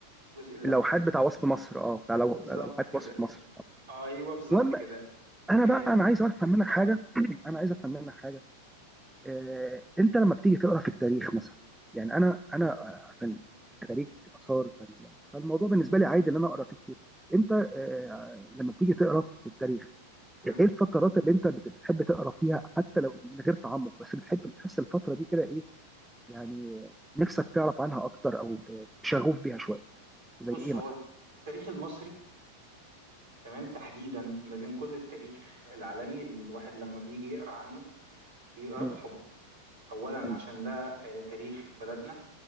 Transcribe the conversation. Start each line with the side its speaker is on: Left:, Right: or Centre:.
Right: جزء اللوحات
Centre: اللوحات بتاع وصف مصر اه بتاع لو-
Right: بالظبط
Centre: لوحات
Right: كده
Centre: وصف مصر
Right: ايوه بالظبط
Centre: المهم
Right: كده
Centre: انا
Right: آه،
Centre: بقى انا عايز افهم منك حاجه
Right: اتفضل
Centre: <clears throat> انا عايز افهم منك حاجه آه، انت لما بتيجي تقرا في التاريخ مثلا يعني انا انا آه، عشان خريج اثار فال- فالموضوع بالنسبه لي عادي ان انا اقرا فيه كتير انت آه، لما بتيجي تقرا في التاريخ
Right: مم.
Centre: ايه الفترات اللي انت بت- بتحب تقرا فيها حتى لو من غير تعمق بس بتحب تحس الفتره دي كده ايه يعني آه، نفسك تعرف عنها اكتر او ب- شغوف بيها شويه
Right: بص
Centre: زي ايه مثلا
Right: هو التاريخ المصري تمام تحديدا ما بين كل التاريخ العالمي اللي الواحد لما بيجي يقرا عنه بيقراه
Centre: امم
Right: بحب اولا
Centre: ايوه
Right: عشان ده آه، تاريخ بلدنا